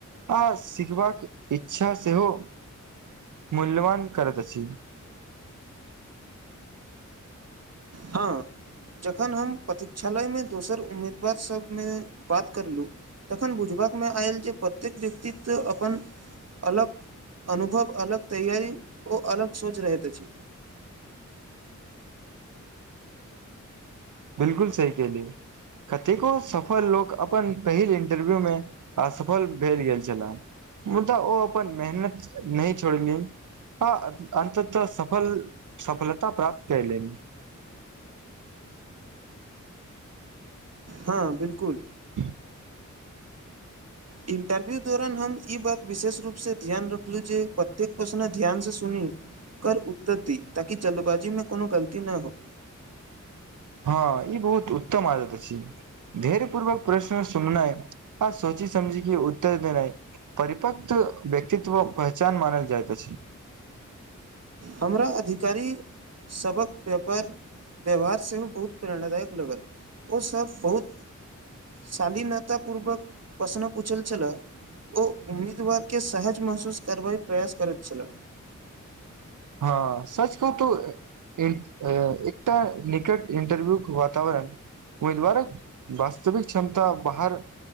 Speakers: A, on the right; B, on the right.
A: आ सिखबाक इच्छा सेहो मूल्यवान करैत अछि
B: हँ जखन हम प्रतीक्षालय में दोसर उम्मीदवार सब मे बात करलु तखन बुझबा मे आयल जे प्रत्येक व्यक्तित्व अपन अलग अनुभव अलग तैयारी ओ अलग सोच रहैत अछि
A: बिल्कुल सही कहलियै कतेको सफल लोक अपन पहिल इंटरव्यू मे असफल भेल गेल छलए मुदा ओ अपन मेहनत नहि छोड़लिन आ अन्ततः सफल सफलता प्राप्त कयलनी
B: हँ बिल्कुल
A: <unintelligible>
B: इंटरव्यू दौरान हम ई बात विशेष रूप से ध्यान रखलहु जे प्रतेक प्रश्न ध्यान से सुनी कर उत्तर दी ताकि जल्दबाजी मे कोनो गलती न हो
A: हँ ई बहुत उत्तम आदत अछि धैर्य पूर्वक प्रश्न सुननाइ आ सोची समझी के उत्तर देनाइ परिपक्व व्यक्तित्व पहचान मानल जाइत अछि
B: हमरा अधिकारी सभक पेपर व्यवहार सेहो बहुत प्रेरणादायक लगल ओऽ सब बहुत शालीनता पूर्वक प्रशन पुछल छला ओ उम्मीदवार के सहज महसूस करबा प्रयास करैत छला
A: हँ सच कह तोऽ <unintelligible> एकटा निकट इन्टरव्यू के वातावरण उम्मीदवार कऽ वास्तविक क्षमता बाहर